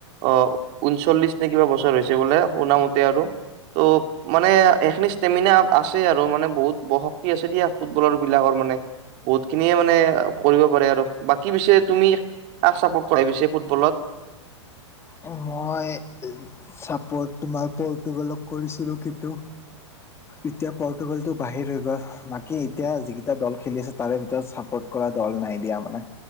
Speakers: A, on the right; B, on the left.
A: অ', ঊনচল্লিশ নে কিবা বছৰ হৈছে বোলে। শুনা মতে আৰু ত', মানে এখিনি ষ্টেমিনা আছে আৰু মানে বহুত ব শক্তি আছে। দিয়া ফুটবলাৰ বিলাকৰ মানে বহুত খিনিয়ে মানে কৰিব পাৰে আৰু বাকী পিছে তুমি কাক চাপৰ্ট কৰা পিছে ফুটবলত?
B: অ' মই চাপৰ্ট তোমাৰ পৰ্তুগালক কৰিছিলো কিন্তু, এতিয়া পৰ্তুগালটো বাহিৰ হৈ গ'ল বাকী এতিয়া যিকেইটা দল খেলি আছে তাৰে ভিতৰত চাপৰ্ট কৰা দল নাই দিয়া মানে